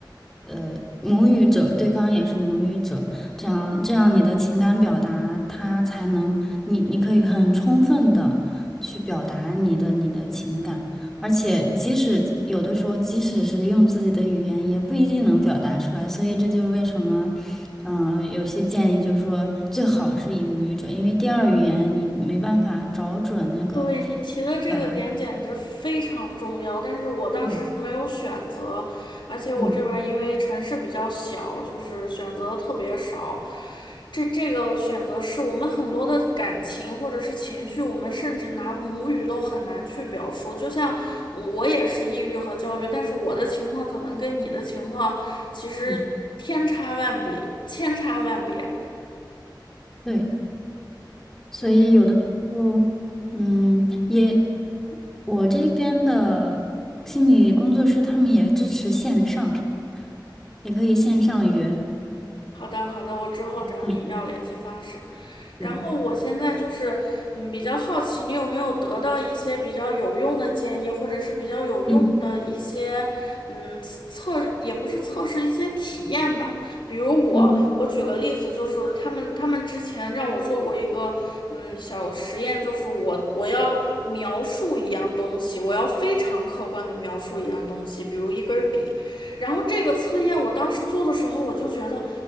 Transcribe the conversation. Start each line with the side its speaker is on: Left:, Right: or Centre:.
Centre: 呃母语者，对方也是母语者，这样这样你的情感表达，他才能你你可以很充分的去表达你的你的情感，而且即使有的时候，即使是用自己的语言，也不一定能表达出来，所以这就是为什么。嗯，呃有些建议就是说最好是以母语者，因为第二语言你没办法找准那个
Left: 对你提的这个点简直非常重要，
Centre: 表达。
Left: 但是我当时是没有选择，
Centre: 嗯
Left: 而且我这边儿因为城市比较小，
Centre: 嗯
Left: 就是选择特别少。这这个选择是我们很多的感情或者是情绪，我们甚至拿母语都很难去表述。就像我也是抑郁和焦虑，但是我的情况可能跟你的情况其实天差万别，
Centre: 嗯，
Left: 千差万别。
Centre: 对。所以有的时候，
Left: 嗯，
Centre: 嗯，也，我这边的心理工作室他们也支持线上，也可以线上约。
Left: 好的好的，我之后找你要联系方式。
Centre: 对
Left: 然后我现在就是，
Centre: 对，
Left: 嗯，比较好奇你有没有得到一些比较有用的建议，或者是比较有用的一些，
Centre: 嗯
Left: 嗯，测，也不是测试一些体验吧。比如我，
Centre: 嗯
Left: 我举个例子，就是他们他们之前让我做过一个，嗯，小实验，就是我我要描述一样东西，我要非常客观的描述一样东西，比如一根笔。然后这个测验我当时做的时候，我就觉得